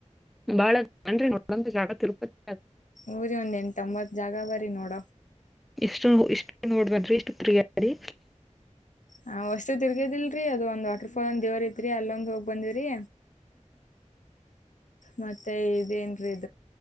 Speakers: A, in the centre; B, on the left (about 80°).
A: ಬಾಳನ್ ಒೊ ಜಾಗ ತಿರುಪತಿ
B: ಊರಿ ಒಂದ್ ಎನ್ ತಂಬತ್ ಜಾಗ ಬರೀ ನೋಡ
A: ಎಷ್ಟು ಇಷ್ಟು ನೋಡ್ದನ್ಿ ಇಷ್ಟು ಪ್ರಿಯಾರಿ
B: ಹ್ ಅಷ್ಟು ತಿರ್ಗದಿಲ್ರರಿ ಅದು ಒಂದ್ ವಾಟರ್ಫಾಲ್ ಒಂದ್ ದೇವ್ರ ತ್ರಿ ಅಲ್ಲೊಂದ್ ಹೋಗ್ ಬಂದಿ್ರರಿ ಮತ್ತೆ ಇದೇನ್ರೀ ಇ